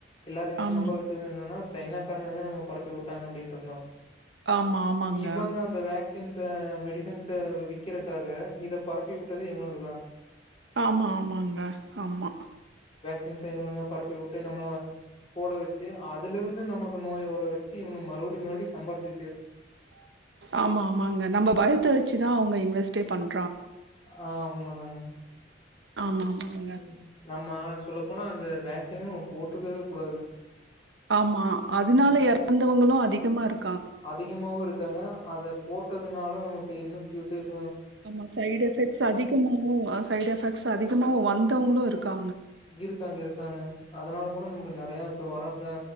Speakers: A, on the left (about 30°); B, on the right (about 70°).
A: எல்லாரு ‌என்னனு
B: ஆமா.
A: நம்ப வச்சது என்னனா சைனக்காரனேதா நமக் பரப்பிவுட்டாங்க அப்டின்ருந்தோ
B: ஆமா, ஆமாங்க.
A: இவுங்க அந்த வேக்சின்ஸ் ஸ மெடிசன்ஸ விக்கிறத்க்காக இத பரப்பி உட்டதே இவனுங்க தா
B: ஆமா ஆமாங்க ஆமா
A: சின்ஸ இவனுங்க பரப்பிவுட்டு நம்ள போட வெச்சு அதுலருந்து நமக்கு நோய‌ வரவச்சி இவனு மறுபடி மறுபடியு சம்பாருச்சு
B: ஆமா ஆமாங்க நம்ம பயத்த வெச்சுதா அவுங்க இன்வெஸ் டே பண்
A: ஆ உண்ம தாங்க
B: ஆமா, ஆமாங்க.
A: உம் நம்மாச் சொல்லப்போனா அந்த வேக்சினே நம்ம போட்ருக்கவே கூடாது
B: ஆமா அதுனால
A: ம்.
B: எறந்தவுங்களு அதி கமாரு
A: அதிகமாவு இருக் க்காங்க அத போட்டதுனால நமக்கு இன்னு ஃபியூச்சர்ஸ்
B: ஆமா சைட் எஃபெக்ட்ஸ் அதிகமாவு சைட் எஃபெக்ட்ஸ் அதிகமாவு வந்தவங்களு இருக்கா
A: இருக்காங்க இருக்காங்க அதனால கூட நமக்கு நெறயா போ வரப்ப